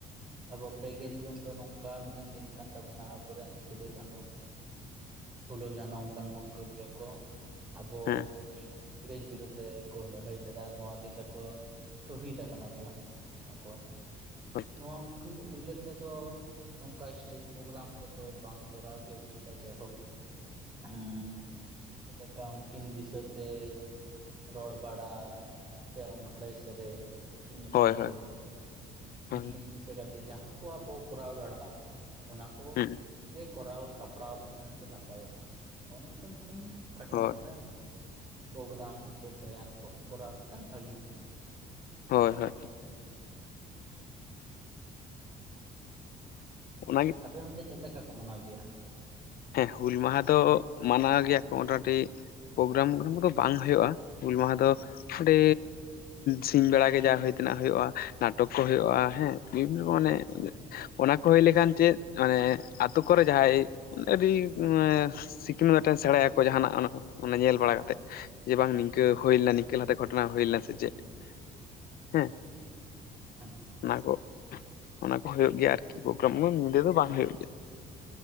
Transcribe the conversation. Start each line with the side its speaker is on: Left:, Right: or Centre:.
Right: ᱟᱵᱚ ᱯᱮ ᱜᱮᱞ ᱡᱩᱱ ᱫᱚ ᱱᱚᱝᱠᱟ ᱢᱤᱫᱴᱟᱝ ᱫᱤᱱ ᱠᱟᱱ ᱛᱟᱵᱚᱱᱟ ᱟᱵᱚ ᱨᱮᱱ ᱥᱤᱫᱩ ᱠᱟᱱᱩ ᱯᱷᱩᱞᱳ ᱡᱷᱟᱱᱚ ᱚᱱᱠᱟᱱ ᱦᱩᱞᱜᱟᱹᱨᱤᱭᱟᱹ ᱠᱚ ᱟᱵᱚ
Left: ᱦᱮᱸ
Right: ᱢᱟᱱᱮ ᱤᱝᱨᱮᱡᱽ ᱵᱤᱨᱩᱫᱽ ᱨᱮᱠᱚ ᱞᱟᱹᱲᱦᱟᱹᱭ ᱞᱮᱫᱟ ᱱᱚᱣᱟ ᱫᱤᱱ ᱨᱮᱠᱚ ᱥᱚᱦᱤᱫ ᱟᱠᱟᱱᱟ ᱠᱚ᱾ ᱟᱠᱚᱣᱟᱜ
Left: ᱦᱳᱭ
Right: ᱱᱚᱣᱟ ᱩᱱᱠᱤᱱ ᱩᱭᱦᱟᱹᱨ ᱛᱮᱫᱚ ᱱᱚᱝᱠᱟ ᱥᱴᱮᱡ ᱯᱨᱳᱜᱨᱟᱢ ᱠᱚᱫᱚ ᱵᱟᱝ ᱠᱚᱨᱟᱣ ᱜᱮ ᱩᱪᱤᱛᱟ ᱡᱟᱭᱦᱳᱠ᱾ ᱦᱮᱸ ᱡᱮᱞᱮᱠᱟ ᱩᱱᱠᱤᱱ ᱫᱤᱥᱟᱹ ᱛᱮ ᱨᱚᱲ ᱵᱟᱲᱟ ᱥᱮ ᱚᱱᱚᱲᱦᱮ ᱥᱮᱨᱮᱧ, ᱩᱱᱠᱤᱱ ᱧᱩᱛᱩᱢ
Left: ᱦᱳᱭ
Right: ᱛᱮ
Left: ᱦᱳᱭ
Right: ᱩᱱᱠᱤᱱ ᱫᱤᱥᱟᱹ ᱠᱟᱛᱮ ᱡᱟᱦᱟ ᱠᱚ ᱟᱵᱚ ᱠᱚᱨᱟᱣ ᱫᱟᱲᱮᱭᱟᱜᱼᱟ ᱵᱚᱱ᱾ ᱚᱱᱟ ᱠᱚᱜᱮ
Left: ᱦᱩᱸ
Right: ᱠᱚᱨᱟᱣ ᱥᱟᱯᱲᱟᱣ ᱞᱮᱱᱠᱷᱟᱱ ᱜᱮ ᱱᱟᱯᱟᱭᱚᱜᱼᱟ ᱱᱚᱜᱼᱚᱭ ᱱᱚᱝᱠᱟ ᱢᱤᱫᱴᱟᱝ, ᱠᱷᱟᱴᱚ
Left: ᱦᱳᱭ
Right: ᱢᱟᱪᱷᱟ ᱯᱨᱳᱜᱨᱟᱢ ᱥᱮ ᱜᱟᱭᱟᱱ ᱠᱚ ᱠᱚᱨᱟᱣ ᱞᱮᱠᱷᱟᱱ ᱵᱷᱟᱜᱤᱜᱼᱟ᱾
Left: ᱦᱳᱭ ᱦᱳᱭ᱾
Right: <unintelligible>
Left: ᱚᱱᱟᱜᱮ᱾
Right: ᱟᱯᱮ ᱚᱱᱛᱮ ᱪᱮᱫ ᱞᱮᱠᱟ ᱠᱚ ᱢᱟᱱᱟᱣ ᱜᱮᱭᱟ?
Left: ᱦᱮᱸ ᱦᱩᱞ ᱢᱟᱦᱟ ᱫᱚ ᱢᱟᱱᱟᱣ ᱜᱮᱭᱟ ᱠᱚ ᱢᱚᱴᱟᱢᱩᱴᱤ, ᱯᱨᱳᱜᱽ ᱨᱟᱢ ᱠᱚᱫᱚ ᱵᱟᱝ ᱦᱩᱭᱩᱜᱼᱟ ᱦᱩᱞ ᱢᱟᱦᱟ ᱫᱚ ᱚᱸᱰᱮ
Right: ᱦᱮᱸ
Left: ᱥᱤᱧ ᱵᱮᱲᱟ ᱜᱮ ᱡᱟ ᱦᱳᱭ ᱛᱮᱱᱟᱜ ᱦᱩᱭᱩᱜᱼᱟ ᱱᱟᱴᱚᱠ ᱠᱚ ᱦᱩᱭᱩᱜᱼᱟ ᱦᱮᱸ ᱵᱤᱵᱷᱤᱱᱚ ᱢᱟᱱᱮ
Right: ᱦᱮᱸ
Left: ᱚᱱᱟ ᱠᱚ ᱦᱩᱭ ᱞᱮᱠᱷᱟᱱ ᱪᱮᱫ ᱢᱟᱱᱮ ᱟᱛᱳ ᱠᱚᱨᱮ ᱡᱟᱦᱟᱸᱭ ᱟᱹᱰᱤ ᱢᱟᱱᱮ ᱥᱤᱠᱷᱱᱟᱹ ᱢᱮᱴᱟᱱ ᱥᱮᱬᱟᱭᱟᱚ ᱡᱟᱦᱟᱱᱟᱜ ᱧᱮᱞ ᱵᱟᱲᱟ ᱠᱟᱛᱮᱜ ᱡᱮ ᱵᱟᱝ ᱱᱤᱝᱠᱟᱹ
Right: ᱦᱮᱸ
Left: ᱦᱩᱭ ᱞᱮᱱᱟ ᱱᱤᱝᱠᱟᱹ ᱞᱟᱦᱟᱛᱮ ᱜᱷᱚᱴᱚᱱᱟ ᱦᱩᱭ ᱞᱮᱱᱟ ᱥᱮ ᱪᱮᱫ ᱦᱮᱸ
Right: ᱦᱮᱸ
Left: ᱚᱱᱟ ᱠᱚ ᱚᱱᱟ ᱠᱚ ᱦᱩᱭᱩᱜ ᱜᱮᱭᱟ ᱟᱨᱠᱤ ᱯᱨᱳᱜᱽ ᱨᱟᱢ ᱧᱤᱫᱟᱹ ᱫᱚ ᱵᱟᱝ ᱦᱩᱭᱩᱜ ᱜᱮᱭᱟ ᱾